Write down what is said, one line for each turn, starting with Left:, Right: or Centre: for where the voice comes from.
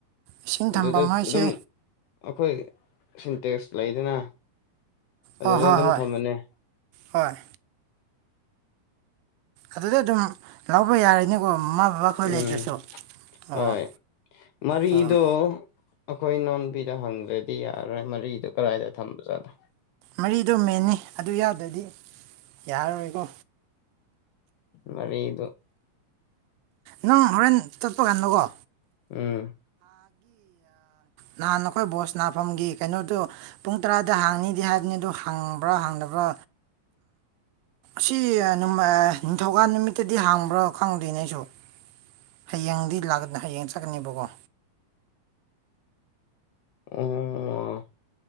Right: ꯏꯁꯤꯡ
Left: ꯑꯗꯨꯗ
Right: ꯊꯝꯕ ꯃꯣꯏꯁꯦ
Left: ꯑꯗꯨꯝ ꯑꯩꯈꯣꯏ ꯁꯤꯟꯇꯦꯛꯁ ꯂꯩꯗꯅ ꯑꯗꯨꯗ
Right: ꯑꯣ ꯍꯣꯏ
Left: ꯑꯗꯨꯝ
Right: ꯍꯣꯏ
Left: ꯊꯝꯃꯅꯤ
Right: ꯍꯣꯏ ꯑꯗꯨꯗ ꯑꯗꯨꯝ ꯂꯧꯕ ꯌꯥꯔꯅꯤꯀꯣ ꯕꯕꯥ ꯈꯣꯏ ꯂꯩꯇ꯭ꯔꯁꯨ
Left: ꯎꯝ
Right: ꯑꯣ
Left: ꯍꯣꯏ ꯃꯔꯣ
Right: ꯑꯣ
Left: ꯑꯩꯈꯣꯏ ꯅꯥꯎꯣꯟꯕꯤꯗ ꯍꯪꯗ꯭ꯔꯗꯤ ꯌꯥꯔꯔꯣꯏ ꯃꯔꯤꯗꯨ ꯀꯗꯥꯏꯗ ꯊꯝꯕꯖꯥꯠꯅꯣ
Right: ꯃꯔꯤꯗꯣ ꯃꯦꯟꯅꯤ ꯑꯗꯨ ꯌꯥꯗ꯭ꯔꯗꯤ ꯌꯥꯔꯔꯣꯏꯀꯣ
Left: ꯃꯔꯤ ꯏ ꯑꯗꯨ
Right: ꯅꯪ ꯍꯣꯔꯦꯟ ꯆꯠꯄ ꯀꯥꯟꯗꯀꯣ
Left: ꯎꯝ
Right: ꯅꯍꯥꯟ ꯑꯩꯈꯣꯏ ꯕꯣꯁ ꯅꯥꯐꯝꯒꯤ ꯀꯩꯅꯣꯗꯨꯣ ꯄꯨꯡ ꯇꯔꯥꯗ ꯍꯥꯡꯅꯤ ꯍꯥꯏꯕꯅꯤ ꯑ ꯑꯗꯨ ꯍꯪꯕ꯭ꯔꯥ ꯍꯪꯗꯕ꯭ꯔꯥ ꯁꯤ ꯅꯤꯡꯊꯧꯀꯥꯟ ꯅꯨꯃꯤꯠꯇꯗꯤ ꯍꯥꯡꯕ꯭ꯔꯣ ꯈꯪꯗꯣꯏꯅꯦ ꯑꯩꯁꯨ ꯍꯌꯦꯡꯗꯤ ꯂꯥꯛꯀ ꯍꯌꯦꯡ ꯆꯠꯀꯅꯦꯕꯀꯣ
Left: ꯑꯣ